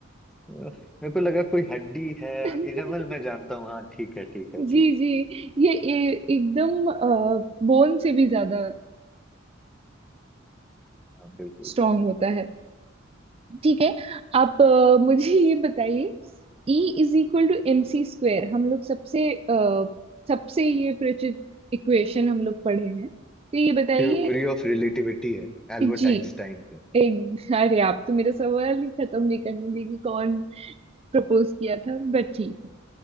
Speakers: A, in the centre; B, on the right.
A: उफ, मेरे को लगा कोई हड्डी है
B: <laughs>
A: इनेमल मैं जानता हूँ हाँ ठीक है ठीक है
B: जी
A: ठीक
B: जी ये ए- एकदम बोन से भी ज्यादा
A: हाँ बिल्कुल
B: स्ट्रांग होता है ठीक है आप अ, मुझे ये बताइए E is equal to M C square हम लोग सबसे अ, सबसे ये परिचित इक्वेशन हम लोग पढ़े हैं तो ये बताइए
A: थ्योरी ऑफ रिलेटिविटी है एल्बर्ट
B: जी
A: आइंस्टाइन का
B: एक अरे आप तो मेरा सवाल ही खत्म नहीं करने देगी कौन प्रपोज किया था बट ठीक है